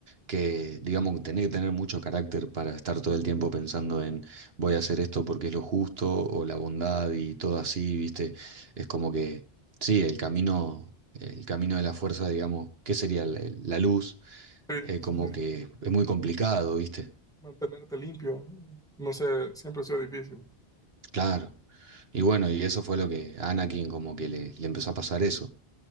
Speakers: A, on the right (about 70°); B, in the centre.
A: que, digamos, tener que tener mucho carácter para estar todo el tiempo pensando en voy a hacer esto porque es lo justo o la bondad y todo así, ¿viste? Es como que, sí, el camino, el camino de la fuerza, digamos, ¿qué sería la, la luz?
B: Sí,
A: eh,
B: sí,
A: como
B: sí.
A: que es muy complicado, ¿viste?
B: Mantenerte limpio, no sé, siempre ha sido difícil.
A: Claro. Y bueno, y eso fue lo que a Anakin como que le le empezó a pasar eso.